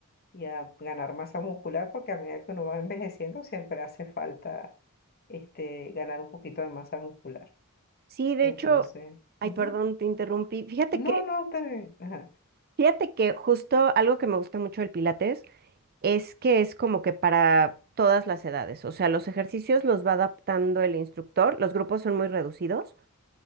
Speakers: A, on the left (about 45°); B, on the right (about 45°).
A: y a ganar masa muscular, porque a medida que uno va envejeciendo siempre hace falta este, ganar un poquito de masa muscular.
B: Sí, de
A: Entonces,
B: hecho, ay,
A: ujú.
B: perdón, te interrumpí. Fíjate
A: No,
B: que,
A: no, está bien. Ajá,
B: fíjate que justo algo que me gusta mucho del Pilates es que es como que para todas las edades. O sea, los ejercicios los va adaptando el instructor, los grupos son muy reducidos.